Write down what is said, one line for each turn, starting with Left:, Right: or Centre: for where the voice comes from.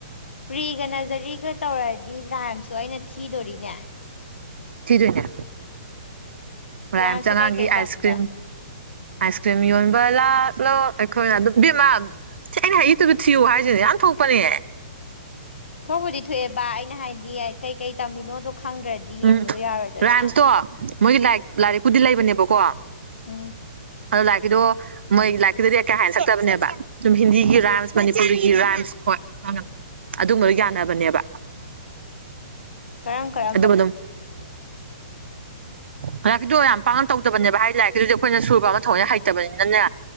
Left: ꯄ꯭ꯔꯤꯒ ꯅꯖꯔꯤꯒ ꯇꯧꯔꯗꯤ ꯔꯥꯏꯝꯁꯨ ꯑꯩꯅ ꯊꯤꯗꯣꯔꯤꯅꯦ
Right: ꯊꯤꯔꯅ ꯍꯔꯥꯏ
Left: ꯔꯥꯏꯝꯁꯦ
Right: ꯑꯃ ꯆꯪꯉꯒꯤ
Left: ꯀꯩꯀꯩ
Right: ꯑꯥꯏꯁ
Left: ꯇꯝꯒꯦ
Right: ꯀ꯭ꯔꯤꯝ ꯑꯥꯏꯁ ꯀ꯭ꯔꯤꯝ ꯌꯣꯟꯕ ꯂꯥꯛꯂ ꯑꯩꯈꯣꯏꯅ ꯑꯗꯨꯝ ꯕꯦꯝꯃꯥ ꯑꯩꯅ ꯍꯌꯦꯠꯇꯨꯗ ꯊꯤꯌꯨ ꯍꯥꯏꯁꯤꯗꯤ ꯌꯥꯝ ꯊꯣꯛꯄꯅꯦ
Left: ꯊꯣꯛꯕꯨꯗꯤ ꯊꯣꯛꯑꯦꯕ ꯑꯩꯅ ꯍꯥꯏꯗꯤ ꯀꯩꯀꯩ ꯇꯝꯃꯤꯅꯣ ꯈꯪꯗ꯭ꯔꯗꯤ
Right: ꯎꯝ
Left: ꯌꯦꯡꯕꯗꯣ ꯌꯥꯔꯣꯏꯗꯅ
Right: ꯔꯥꯏꯝꯁꯇꯣ ꯃꯣꯏꯒꯤ ꯂꯥꯏꯔꯤꯛ ꯂꯥꯏꯔꯤꯛꯄꯨꯗꯤ ꯂꯩꯕꯅꯦꯕꯀꯣ
Left: ꯎꯝ
Right: ꯑꯗꯣ ꯂꯥꯏꯔꯤꯛꯀꯤꯗꯣ ꯃꯣꯏ ꯂꯥꯏꯔꯤꯀꯤꯗꯗꯤ ꯀꯌꯥ ꯍꯥꯏꯦꯅ ꯁꯛꯇꯕꯅꯦꯕ ꯁꯨꯝ ꯍꯤꯟꯗꯤꯒꯤ
Left: ꯎꯝ
Right: ꯔꯝꯁ ꯔꯤꯒꯤ ꯔꯥꯏꯝꯁ ꯍꯣꯏ ꯑꯗꯨꯒꯝꯕꯗꯣ ꯌꯥꯅꯕꯅꯦꯕ
Left: ꯀꯔꯝ ꯀꯔꯝ
Right: ꯑꯗꯨꯒ ꯑꯗꯨꯝ ꯉꯗꯀꯤꯗꯣ ꯌꯥꯝ ꯄꯥꯡꯅ ꯇꯧꯗꯕꯅꯦꯕ ꯍꯥꯏ ꯂꯥꯏꯔꯤꯛꯗꯨꯗꯤ ꯑꯩꯈꯣꯏꯅ ꯁꯨꯕ ꯑꯃ ꯊꯊꯧꯅꯤ ꯍꯩꯇꯕꯅꯤꯅꯅꯦ